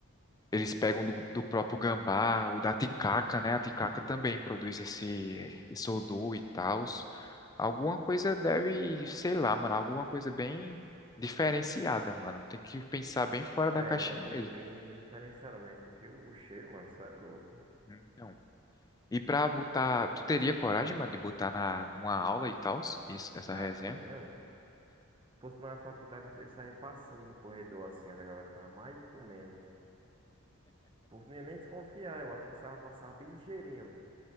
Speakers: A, on the left (about 15°); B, on the right (about 25°).
A: eles pegam do, do próprio gambá ou da ticaca, né? A ticaca também produz esse, esse odor e tal. Alguma coisa deve, sei lá, mano. Alguma coisa bem diferenciada, mano. Tem que pensar bem fora
B: Não,
A: da
B: É,
A: caixinha
B: alguma coisa
A: mesmo.
B: bem, bem diferenciada mesmo, porque o, o cheiro, mano, isso é louco.
A: Então, e pra botar, tu teria coragem, mano, de botar na, numa aula e tal, essa
B: Ratinha,
A: resenha?
B: mano. Se fosse na faculdade, eu, eu saía passando no corredor assim, onde a galera tava mais comendo. O povo não ia nem desconfiar, eu acho. Passava, passava bem ligeirinho, mano.